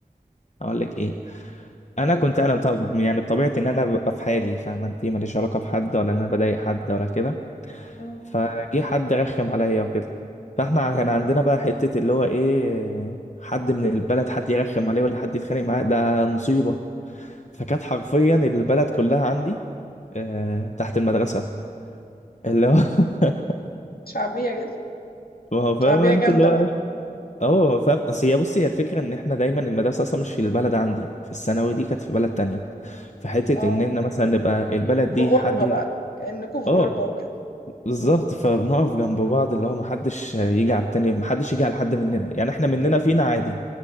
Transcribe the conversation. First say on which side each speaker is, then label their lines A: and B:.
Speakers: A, on the left; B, on the left.
A: اقول لك ايه انا كنت انا بط- يعني بطبيعتي ان انا ببقى في حالي فاهم انت ماليش علاقه بحد ولا إن انا بضايق حد ولا كده
B: إمم،
A: فجه حد رخم عليا وكده فاحنا كان عندنا بقى حتة اللي هو ايه حد من البلد حد يرخم عليه ولا حد يتخانق معاه ده مصيبة فكانت حرفيا البلد كلها عندي آه تحت المدرسة اللي هو <laughs>
B: شعبية جدًا،
A: ما هو فاهم
B: شعبية
A: انت
B: جامدة
A: اللي هو
B: بقى،
A: اه ما هو فاهم اصل هي بصي هي الفكرة ان احنا دايما المدرسة اصلا مش في البلد عندي في الثانوي دي كانت في بلد تانية فحتة
B: آه،
A: ان احنا مثلا نبقى البلد
B: في
A: دي
B: غُربة
A: حد يجي
B: بقى، كأنكم في
A: اه
B: غُربة وكده.
A: بالظبط
B: إمم.
A: فبنقف جنب بعض اللي هو محدش يجي على التاني محدش يجي على حد مننا يعني احنا مننا فينا عادي